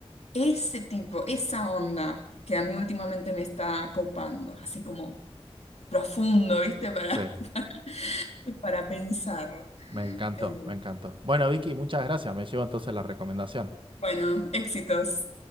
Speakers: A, on the left; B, on the right.
A: ese tipo, esa onda que a mí últimamente me está copando, así como profundo, ¿viste? Para,
B: Sí,
A: <laughs> para pensar.
B: me encantó,
A: Eh,
B: me encantó. Bueno, Vicky, muchas gracias. Me llevo entonces la recomendación.
A: bueno, éxitos.